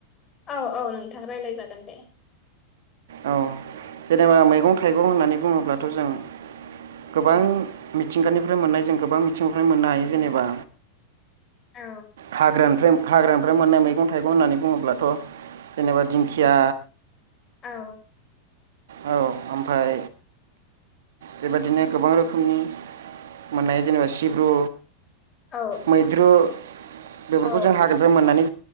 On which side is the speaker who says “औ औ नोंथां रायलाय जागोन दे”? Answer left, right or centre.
Left